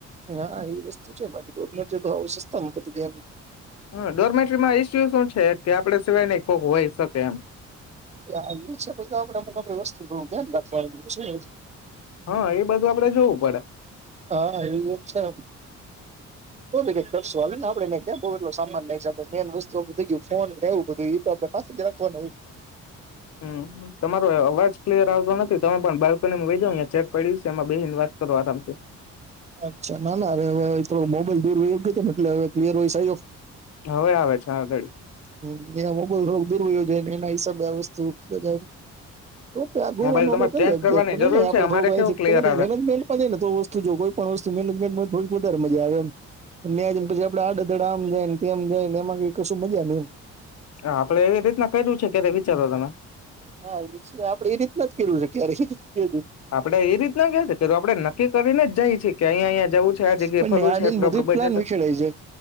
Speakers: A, on the right (about 25°); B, on the left (about 55°).
A: હા એ વસ્તુ છે, બાકી રુમમેટ હોય તો હાવ સસ્તામાં પતી જાય એમ
B: હા ડોર્મેટરીમાં ઈસ્યુ શું છે કે આપડે સિવાય ન કોક હોય શકે એમ
A: આ છે પછી તો આપડે બ <unintelligible> વસ્તુ બું ધ્યાન રાખવા છે.
B: હા એ બધું આપડે જોવું પડે
A: હા એ છે. તો ભી કઈ કરશો હવે ને આપડેને કેટો એટલો સામાન લઈ જાતો મેન વસ્તુ થઈ ગું ફોન એવું બધું એતો તપાસે જરાક વાર <unintelligible>
B: હમ તમારો અવાજ ક્લિયર આવતો નથી તમે પણ બાલ્કનીમાં બેહી જાઓ અને ચેક પડ્યું સે એમાં બેસીને વાત કરો આરામથી
A: અચ્છા ના નારે હવે મોબાઈલ દૂરયોગ ને એટલે હવે ક્લિયર વોઇસ આયો
B: હવે આવે છે આગળ
A: હ એ મોબાઈલ રો દૂર હોયો જોયને એના હિસાબે આ વસ્તુ બજાર તો આગુવાનું
B: મોબાઈલ
A: આપડે
B: તમારે
A: કરીએ
B: ચેન્જ કરવાની
A: નય
B: જરૂર
A: નય આપડે
B: છે અમારે
A: થોડું
B: કેવું ક્લિયર આવે
A: મેનેજમેન્ટમાં જ ને તો વસ્તુ જો કોઈ પણ <unintelligible> વધારે મજા આવે એમ ન્યાંને પછી આપડએ આડે ધડ આમ જાય ને તેમ જાય ને એમાં કઈ કશું મજા ની એમ
B: હ આપડે એવી રીતના કર્યુ છે, કે વિચારો તમે
A: હા આપડે એ રીતના જ કયુઁ છે, કયારે
B: આપડે એ રીતના કે આપડે નક્કી કરીને જાયી છે. કે અહિયા અહિયા જવું છે આ જગ્યાએ
A: પણ
B: ફરવું
A: ન્યા
B: છે,
A: જઈને
B: એટલું
A: બધું
B: આપડું
A: જ
B: બજેટ
A: પ્લાન વિખેડાઈ જાય